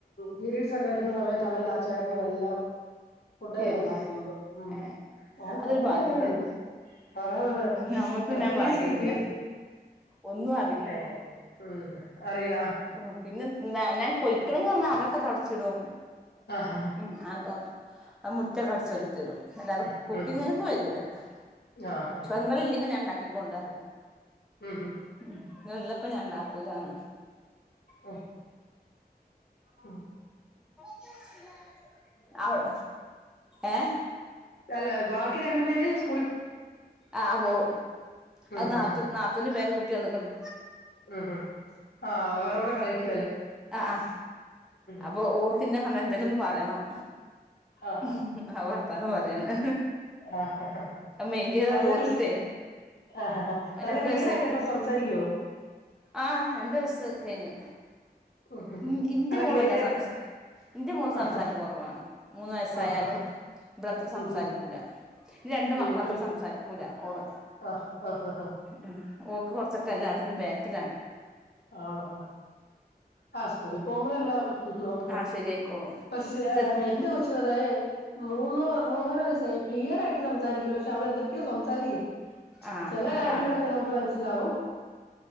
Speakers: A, on the left; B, in the centre.
A: പീരയഡ്സ് ഒക്കെ വരുന്ന സമയത്താണലും ആ ചാ ചേട്ടന് എല്ലാം ഫുഡല്ലാം
B: ഏ
A: ണ്ടാക്കുന്നതും ഉം
B: ഏ
A: അങ്ങനെ
B: അതൊരു
A: സപ്പോർട്ട്
B: ഭാഗ്യം
A: ചെയ്യുന്നവരുണ്ട്
B: തന്നെ
A: അതത
B: നമ്മക്ക്
A: പ്രത്യേകച്ച്
B: പിന്നെ ആ ഭാഗ്യല്ല
A: ഇ പി
B: ഒന്നും
A: ലേ ഉം അറിയ
B: ഓ പിന്നെന്താ ഞാൻ പൊയ്ക്ക്ണ് ന്ന <unintelligible> ക്ക തൊഡ്ച്ചിടും
A: ആഹ്
B: ഉം അതോ അ മുറ്റ കൊ ടിചൊരിതരും അല്ലാത
A: ഉം
B: കുക്കിങ്‌
A: ഉം
B: ക്ക് വരൂല <unintelligible>
A: ആഹ് ആഹ്
B: ങ്ങള ഇല്ലെങ്കി ഞാ ണ്ടാക്കി കൊണ്ടറിയ
A: ഉം
B: ഉം ങ്ങള് ള്ളപ്പോ ഞാൻ ണ്ടാക്കൂലാന്ന്.
A: അ അ
B: <unintelligible> അവ് ഏ
A: അല്ല ബാക്കി രണ്ടു പേര് സ്
B: ആ പോവു
A: ഉം
B: അത് നാതൂ
A: ഉം ഉം
B: നാത്തൂന് പേര് ക് കുട്ടി വന്നക്കണ്
A: ഉം ഉം ആ അവ <unintelligible> ടെ കളിക്
B: ആ ആ അപ്പൊ
A: ഉം
B: ഓർത്തിന്ന് കണ്ട എന്തേലും ഒന്ന് പറയണം
A: ആഹ്
B: ഉം
A: ആഹ്
B: ഉവ വർത്താനം പറയാണ്
A: ആഹ്
B: മെയിൻ്റ് ചെയ്താ
A: നല്ല
B: പോന്നിട്ടേ
A: ക്ലി ആഹ് ആഹ് നല്ല
B: രണ്ടു
A: ക്ലിയർ
B: വയസായി
A: ആയിട്ട് അപ്പൊ സംസാരിക്കുവോ
B: ആ രണ്ടു വയസ് കഴിഞ്ഞു
A: ഉം ഉം
B: ഇ
A: ഉം
B: ഇൻ്റെ
A: അല്ല
B: മൂളല്ല
A: ക്ലിയർ
B: സംസാ ഇൻ്റെ മൂള് സംസാരം
A: ആഹ്
B: കുറവാണ് മൂന്ന് വയസ്സായാലും
A: ആഹ്
B: ഇവളത്ര സംസാരിക്കൂല്ല
A: ആഹ് ഉം
B: ൻ്റെ രണ്ട് മക്കളും
A: ഉം
B: അത്ര
A: ഉം
B: സംസാരിക്കൂല ഓള്
A: ആഹ് ആഹ് ആഹ്
B: ഉം ഓക്ക് കുറച്ചൊക്കെ എല്ലാത്തിനും ബാക്കിലാണ്
A: ആണോ ഹസ്‌ കൂളി പോകുമ്പഴെല്ലാം ഓക്കെ
B: ആഹ് ശരിയായിക്കോളും
A: പക്ഷേ
B: ചെറുപ്പം
A: എന്റെ കൊച്ചും അതെ മൂന്ന് മൂന്നര വയസ്സായി ക്ലിയർ ആയിട്ട് സംസാരിക്കൂലാ പക്ഷെ അവൾ എന്തൊക്കെയോ സംസാരിക്കും
B: ആഹ്
A: ചില കാര്യങ്ങളൊക്കെ
B: ആഹ്
A: നമുക്ക് മനസിലാവും